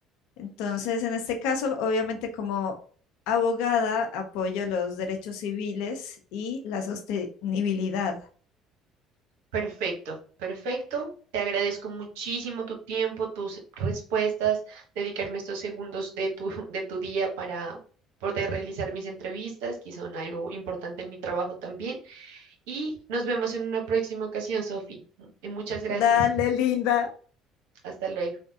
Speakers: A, on the left; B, on the right.
A: Entonces, en este caso, obviamente, como abogada, apoyo los derechos civiles y la sostenibilidad.
B: Perfecto, perfecto. Te agradezco muchísimo tu tiempo, tus respuestas, dedicarme estos segundos de tu, <laughs> de tu día para poder realizar mis entrevistas, que son algo importante en mi trabajo también. Y nos vemos en una próxima ocasión, Sofi. Muchas gracias.
A: Dale, linda.
B: Hasta luego.